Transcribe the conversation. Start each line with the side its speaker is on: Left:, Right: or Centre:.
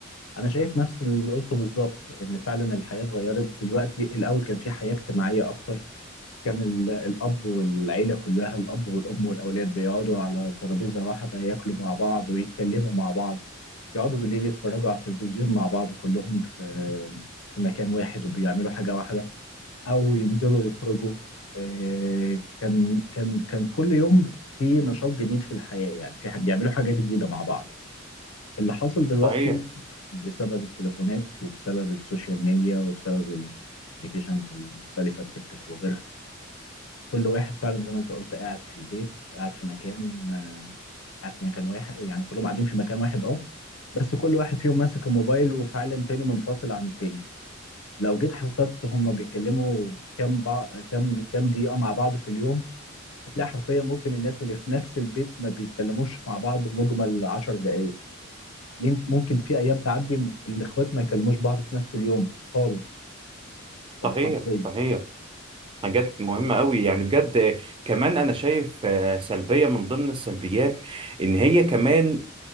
Left: انا شايف نفس اللي قلته بالظبط ان فعلا الحياة اتغيرت دلوقتي الاول كان في حياة اجتماعية اكتر كان ال- الاب والعيلة كلها الاب والام والاولاد بيقعدوا على ترابيزة واحدة ياكلوا مع بعض ويتكلموا مع بعض يقعدوا بالليل يتفرجوا على التلفزيون مع بعض كلهم في في مكان واحد وبيعملوا حاجة واحدة او ينزلوا يخرجوا آه، كان كان كان كل يوم في نشاط جديد في الحياة يعني في ح- بيعملوا حاجة جديدة مع بعض اللي حصل دلوقتي
Right: صحيح
Left: بسبب التليفونات وبسبب السوشيال ميديا وبسبب الابلكيشنز المختلفة التيك توك وغيرها كل واحد فعلا زي ما انت قلت قاعد في البيت قاعد في مكان آه، قاعد في مكان واحد يعني كلهم قاعدين في مكان واحد اه بس كل واحد فيهم ماسك الموبايل وفي عالم تاني منفصل عن التاني لو جيت حسبت هما بيتكلموا كام بع... كام كام دقيقة مع بعض في اليوم هتلاقي حرفيا ممكن الناس اللي في نفس البيت ما بيتكلموش مع بعض مجمل 10 دقايق ين- ممكن في أيام تعدي الإخوات ما يكلموش بعض في نفس اليوم خالص آه،
Right: صحيح
Left: حرفيا
Right: صحيح حاجات مهمة قوي يعني بجد آه، كمان أنا شايف آه، سلبية من ضمن السلبيات إن هي كمان